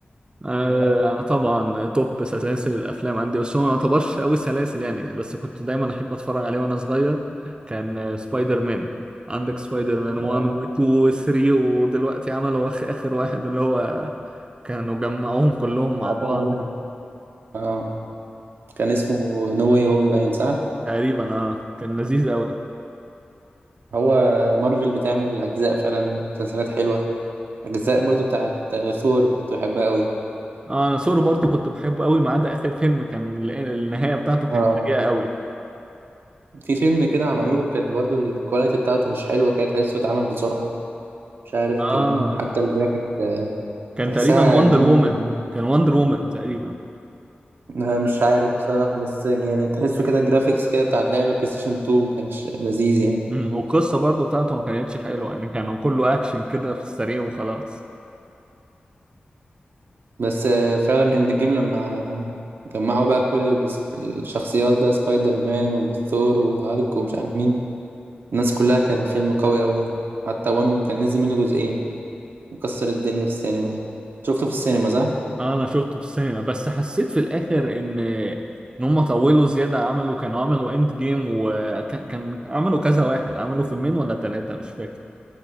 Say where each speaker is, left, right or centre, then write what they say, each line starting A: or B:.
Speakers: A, on the right; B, on the right.
A: آه
B: ولا لأ؟
A: انا طبعا توب سلاسل الافلام عندي بس هو ما يعتبرش قوي سلاسل يعني بس كنت دايما احب اتفرج عليه وانا صغير كان آه، سبايدر مان عندك سبايدر مان 1
B: آه،
A: و2 و3 ودلوقتي عملوا آخ- اخر واحد اللي هو كانوا جمعوهم كلهم
B: بتاع
A: مع بعض
B: توم هولاند اه كان اسمه نو واي هوم باين صح؟
A: تقريبا اه كان لذيذ قوي
B: هو مارفل بتعمل أجزاء فعلا مسلسلات حلوة أجزاء برضو بتاعت ثور كنت بحبها أوي
A: اه انا سوري برضو كنت بحبه قوي ما عدا اخر فيلم كان ال- النهايه بتاعته كانت
B: اه
A: سيئه
B: بتحب.
A: قوي
B: في فيلم كده عملوه كان برضو الكواليتي بتاعته مش حلوة كده تحسه اتعمل بسرعة مش عارف كان
A: اه
B: حتى الجرافيك
A: كان
B: تحسها
A: تقريبا وندر
B: جيم
A: وومن
B: كده.
A: كان وندر وومن تقريبا
B: أنا مش عارف بصراحة بس يعني تحسه كده الجرافيكس كده بتاعت لعبة بلاي ستيشن 2 مكانش لذيذ يعني
A: امم والقصه برضو بتاعته ما كانتش حلوه يعني كانوا كله اكشن كده في السريع وخلاص
B: بس آه، فعلا اند جيم لما جمعوا بقى كل البس- الشخصيات بقى سبايدر مان وثور وهالك ومش عارف مين الناس كلها كان فيلم قوي قوي يعني حتى وانو كان نزل منه جزئين وكسر الدنيا في السينما يعني شفته في السينما صح؟
A: اه انا شفته في السينما بس حسيت في الاخر ان ان هم طولوا زياده عملوا كانوا عملوا اند جيم وكان كان عملوا كذا واحد عملوا فيلمين ولا ثلاثه مش فاكر